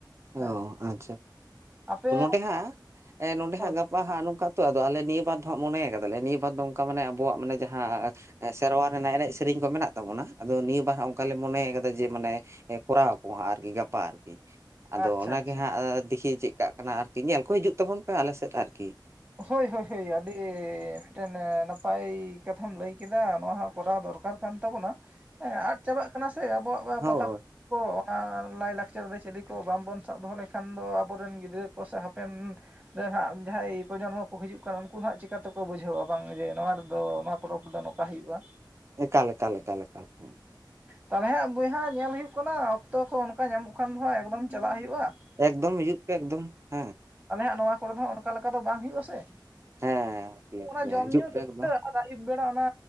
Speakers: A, on the right; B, on the right.
A: ᱚ
B: ᱦᱮᱸ᱾
A: ᱟᱪᱪᱷᱟ
B: ᱟᱯᱮ
A: <unintelligible> ᱱᱚᱸᱰᱮ ᱦᱟᱸᱜ
B: ᱦᱳᱭ
A: ᱜᱟᱯᱟ
B: ᱦᱳᱭ
A: ᱦᱟᱸᱜ ᱱᱚᱝᱠᱟ ᱛᱚ ᱟᱫᱚ ᱟᱞᱮ ᱱᱤᱭᱟᱹ ᱵᱟᱫ ᱫᱚ ᱦᱟᱸᱜ ᱢᱚᱱᱮ ᱠᱟᱫᱟᱞᱮ, ᱱᱤᱭᱟᱹ ᱵᱟᱫ ᱫᱚ ᱚᱱᱠᱟ ᱢᱟᱱᱮ ᱟᱵᱚᱣᱟᱜ ᱢᱟᱱᱮ ᱡᱟᱦᱟᱸ ᱥᱮᱨᱣᱟ ᱨᱮᱱᱟᱜ ᱮᱱᱮᱡ ᱥᱮᱨᱮᱧ ᱠᱚ ᱢᱮᱱᱟᱜ ᱛᱟᱵᱚᱱᱟ ᱟᱫᱚ ᱱᱤᱭᱟᱹ ᱵᱟᱨ ᱦᱟᱸᱜ ᱚᱱᱠᱟᱞᱮ ᱢᱚᱱᱮᱭ ᱠᱟᱫᱟ ᱡᱮ ᱢᱟᱱᱮ ᱠᱚᱨᱟᱣ ᱟᱠᱚ ᱦᱟᱸᱜ ᱟᱨᱠᱤ ᱜᱟᱯᱟ ᱟᱨᱠᱤ ᱟᱫᱚ
B: ᱟᱪᱪᱷᱟ
A: ᱚᱱᱟ
B: ᱟᱪᱪᱷᱟ
A: ᱜᱮ ᱦᱟᱸᱜ ᱫᱮᱠᱷᱤ ᱪᱮᱫ ᱠᱟᱜ ᱠᱟᱱᱟ, ᱟᱨᱠᱤ ᱧᱮᱞ ᱠᱚ ᱦᱤᱡᱩᱜ ᱛᱟᱵᱚᱱ ᱯᱮ ᱟᱞᱮ ᱥᱮᱫ ᱟᱨᱠᱤ ᱾
B: ᱦᱳᱭ, ᱦᱳᱭ ᱾ ᱦᱳᱭ ᱟᱹᱰᱤ ᱢᱤᱫᱴᱮᱱ ᱱᱟᱯᱟᱭ ᱠᱟᱛᱷᱟᱢ ᱞᱟᱹᱭ ᱠᱮᱫᱟ, ᱱᱚᱣᱟ ᱦᱚᱸ ᱠᱚᱨᱟᱣ ᱫᱚᱨᱠᱟᱨ ᱠᱟᱱ ᱛᱟᱵᱚᱱᱟ ᱾ ᱦᱮᱸ ᱟᱫ ᱪᱟᱵᱟᱜ ᱠᱟᱱᱟ ᱥᱮ ᱟᱵᱚᱣᱟᱜ
A: ᱦᱳᱭ
B: ᱯᱟᱛᱟ ᱠᱚ ᱚᱱᱟ ᱞᱟᱭᱼᱞᱟᱠᱪᱟᱨ ᱟᱹᱨᱤᱪᱟᱹᱞᱤ ᱠᱚ ᱵᱟᱝ ᱵᱚᱱ ᱥᱟᱵ ᱫᱚᱦᱚ ᱞᱮᱠᱷᱟᱱ ᱫᱚ, ᱟᱵᱚᱨᱮᱱ ᱜᱤᱫᱽᱨᱟᱹ ᱠᱚ ᱥᱮ ᱦᱟᱯᱮᱱ ᱨᱮ ᱦᱟᱸᱜ ᱡᱟᱦᱟᱸᱭ ᱡᱚᱱᱢᱚ ᱠᱚ ᱦᱤᱡᱩᱜ ᱠᱟᱱᱟ᱾ ᱩᱱᱠᱩ ᱱᱟᱜ ᱪᱤᱠᱟᱹᱛᱮᱠᱚ ᱵᱩᱡᱷᱟᱹᱣᱟ ᱵᱟᱝ ᱡᱮ ᱱᱚᱣᱟ ᱨᱮᱫᱚ ᱱᱚᱣᱟ ᱯᱚᱨᱚᱵᱽ ᱨᱮᱫᱚ ᱱᱚᱝᱠᱟ ᱦᱩᱭᱩᱜᱼᱟ ᱾
A: ᱮᱠᱟᱞ, ᱮᱠᱟᱞ, ᱮᱠᱟᱞ, ᱮᱠᱟᱞ ᱦᱮᱸ ᱾
B: ᱛᱟᱦᱚᱞᱮ ᱦᱮ ᱵᱚᱭᱦᱟ ᱧᱮᱞ ᱦᱩᱭᱩᱜ ᱠᱟᱱᱟ, ᱚᱠᱛᱚ ᱠᱚ ᱚᱱᱠᱟ ᱧᱟᱢᱚᱜ ᱠᱷᱟᱱ ᱫᱚ ᱦᱟᱸᱜ ᱮᱠᱫᱚᱢ ᱪᱟᱞᱟᱜ ᱦᱩᱭᱩᱜᱼᱟ ᱾
A: ᱮᱠᱫᱚᱢ ᱦᱤᱡᱩᱜ ᱯᱮ ᱮᱠᱫᱚᱢ ᱦᱮᱸ ᱾
B: ᱟᱞᱮᱭᱟᱜ ᱱᱚᱣᱟ ᱠᱚᱨᱮ ᱫᱚ ᱚᱱᱠᱟ ᱞᱮᱠᱟ ᱫᱚ ᱵᱟᱝ ᱦᱩᱭᱩᱜᱼᱟ ᱥᱮ
A: ᱦᱮᱸ
B: ᱾
A: ᱟᱨᱠᱤ ᱟᱨᱠᱤ
B: ᱚᱱᱟ ᱡᱚᱢ
A: ᱦᱤᱡᱩᱜ
B: ᱧᱩ
A: ᱯᱮ ᱮᱠᱫᱚᱢ
B: ᱟᱨ ᱟᱹᱭᱩᱵ ᱵᱮᱲᱟ ᱚᱱᱟ